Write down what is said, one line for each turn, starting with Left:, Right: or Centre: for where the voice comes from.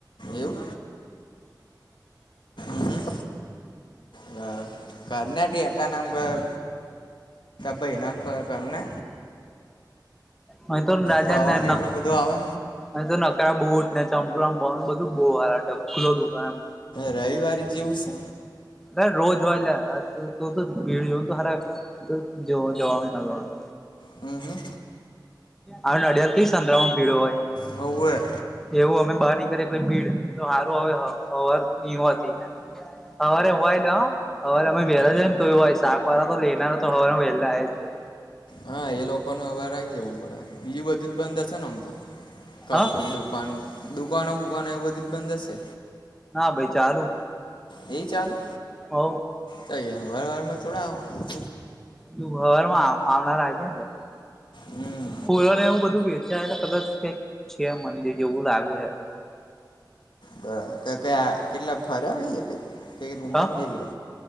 Left: એવું હમ હમ બર કરને ડેટા નામ ઘર ભાઈ નામ પર કરને
Centre: હ તો રાજા
Left: પવન
Centre: ના નક
Left: એટલો બધો આવે
Centre: અ તો નકરા બહુ ઉઠ ને ચંપલા બ બધું બહુ હાઢકુલો દુકાનમ
Left: રવિવારી જેવું છે
Centre: અલે રોજ લા તો તો ભીડ જોને તો હારા તો જોવ જવાનું ના જવાનું
Left: હમ હમ
Centre: આ નડિયાદ કઈ સંત્રમાં ભીડો હોય.
Left: હવુંવે.
Centre: એવું અમે બહાર નીકેએ એટલે ભીડ સારું હવે હવાર ની હતી. હવારે હોયલ <unintelligible> હવારે અમે વહેલા જ ને તો એ શાક વાળા તો લેનારા તો હવાનું વહેલા જ છે.
Left: હા એ લોકો ન અભાર આવી જવું પડે બીજું બધું જ બંધ હશે ને આમ તો. કપડ
Centre: હ
Left: દુકાન દુકાનો બુકાનો એવ બધી જ બંધ હશે.
Centre: ના ભાઈ ચાલુ.
Left: એ ચાલુ.
Centre: હો
Left: તો હવાર વારમાં થોડા આવવાનું.
Centre: તું ઘરમાં આ આવમણા લાગે
Left: હમ
Centre: ફુલો ને એવું બધું વેચ્યા એટલે કદાચ કઈક છે મંદિર જેવું લાગે.
Left: બ ક કેટલા ફરે આવી ક રૂમ
Centre: હ
Left: જ બે ગલો.